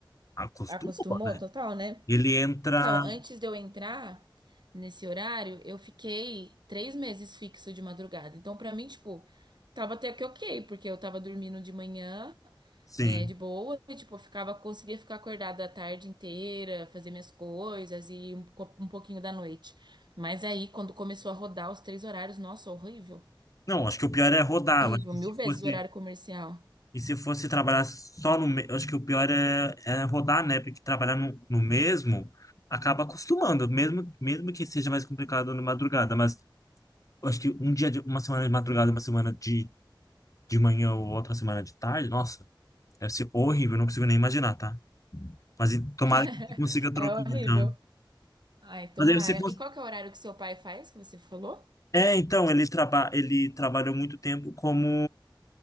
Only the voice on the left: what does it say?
acostumou,
né?
Ele entra.
Sim.
Não, acho que o pior é rodar.
Eu Acho que
se
fosse.
E se fosse trabalhar só no. me- eu Acho que o pior é, é rodar, né? Porque trabalhar no, no mesmo acaba acostumando, mesmo, mesmo que seja mais complicado na madrugada. Mas eu acho que um dia, de, uma semana de madrugada, uma semana de, de manhã ou outra semana de tarde, nossa, deve ser horrível, não consigo nem imaginar, tá? Mas e- tomara
que você consiga trocar,
então.
Mas aí você... cons-
É, então, ele, traba, ele trabalhou muito tempo como